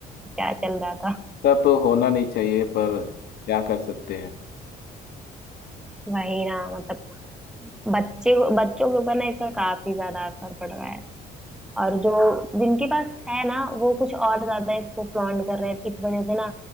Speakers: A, in the centre; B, on the left (about 70°).
A: क्या चल रहा था
B: ऐसा तो होना नहीं चाहिए पर क्या कर सकते हैं
A: वही ना मतलब बच्चे बच्चों के ऊपर ना इसका काफी ज्यादा असर पड़ रहा है और जो जिनके पास है ना वो कुछ और ज्यादा इसको फ्लॉन्ट कर रहे हैं इस वजह से ना